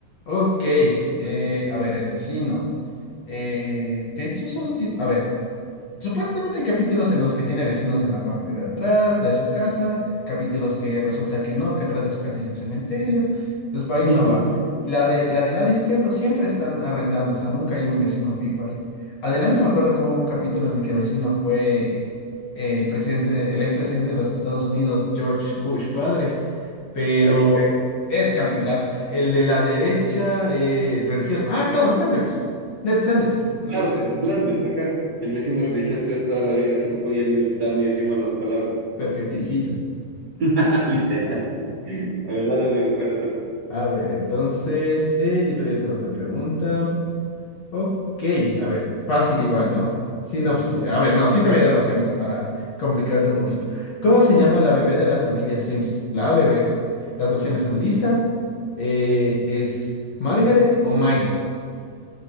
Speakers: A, on the left; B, on the right.
A: Ok, eh, a ver, el vecino. Eh, de hecho, solo tiene... A ver, supuestamente hay capítulos en los que tiene vecinos en la parte de atrás de su casa, capítulos que resulta que no, que atrás de su casa hay un cementerio. Entonces, para ahí
B: <laughs>
A: no va. La de, la del lado izquierdo siempre están arrendando, o sea, nunca hay un vecino fijo ahí. Adelante me acuerdo que hubo un capítulo en el que el vecino fue el presidente, el expresidente de los Estados Unidos, George Bush, padre. Pero
B: Aquí,
A: es capitulazo. El de la derecha eh, religiosa. Ah, claro, Flanders. Ned Flanders,
B: claro,
A: el nombre.
B: que es Flanders, acá. El vecino religioso de toda la vida que no podía ni insultar ni decir malas palabras.
A: Perfectirijillo.
B: <laughs> Literal. La verdad, le digo, ¿cuál me toca?
A: A ver, entonces, eh, yo te voy a hacer otra pregunta. Ok, a ver, fácil igual, ¿no? Sin
B: <laughs>
A: opci- a ver, no, sí te voy a dar opciones para complicarte un poquito. ¿Cómo se
B: Ya.
A: llama la bebé de la familia Sims? La bebé. Las opciones son Lisa, eh, es Margaret o Maggie.